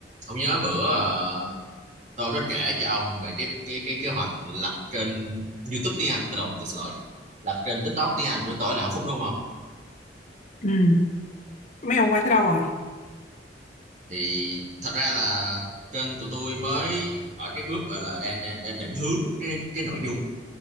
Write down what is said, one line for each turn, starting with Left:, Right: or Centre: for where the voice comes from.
Right: ông nhớ bữa ờ, tôi có kể cho ông về cái cái cái kế hoạch lập kênh YouTube tiếng Anh à, lộn tôi xin lỗi lập kênh TikTok tiếng Anh của tôi là Hạnh Phúc đúng không
Left: ừ. mấy ông quay tới đâu rồi
Right: thì thật ra là kênh tụi tôi mới ở cái bước gọi là đang đang đang định hướng cái cái nội dung